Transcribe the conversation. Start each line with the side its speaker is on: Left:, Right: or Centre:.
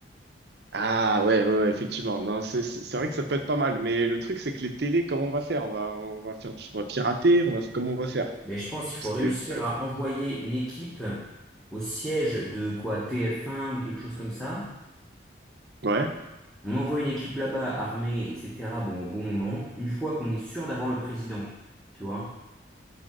Right: Ah ouais, ouais, ouais, effectivement. Non, c'est c'est- c'est vrai que ça peut être pas mal, mais le truc c'est que les télés, comment on va faire? On va on va faire, on va pirater, on va comment on va faire?
Centre: Mais je pense qu'il faut
Right: Parce
Centre: réussir
Right: que
Centre: à envoyer une équipe au siège de quoi TF1 ou quelque chose comme ça.
Right: ouais.
Centre: On envoie une équipe là-bas armée, etc. Bon, au bon moment, une fois qu'on est sûr d'avoir le président, tu vois.